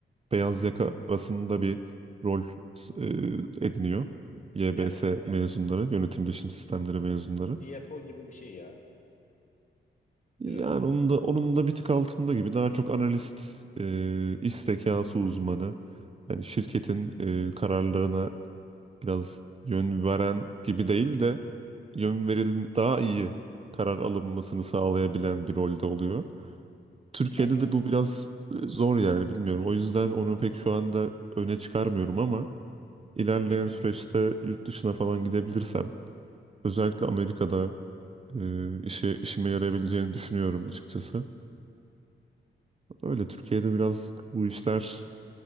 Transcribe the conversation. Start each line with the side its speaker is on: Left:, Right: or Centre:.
Right: beyaz yaka arasında bir rol e, ediniyor. YBS
Left: yani
Right: Ya. mezunları, yönetim bilişim sistemleri mezunları.
Left: CFO gibi bir şey ya,
Right: Yani
Left: değil mi?
Right: onun da onun da bir tık altında gibi daha çok analist, e, iş zekası uzmanı, yani şirketin e, kararlarına biraz yön veren gibi değil de yön veril daha iyi karar alınmasını sağlayabilen bir rolde oluyor. Türkiye'de
Left: Aha.
Right: de bu biraz zor yani bilmiyorum. O yüzden onu pek şu anda öne çıkarmıyorum ama ilerleyen
Left: Hı hı.
Right: süreçte yurt dışına falan gidebilirsem özellikle Amerika'da e, işe işime yarayabileceğini düşünüyorum açıkçası. Öyle Türkiye'de biraz bu işler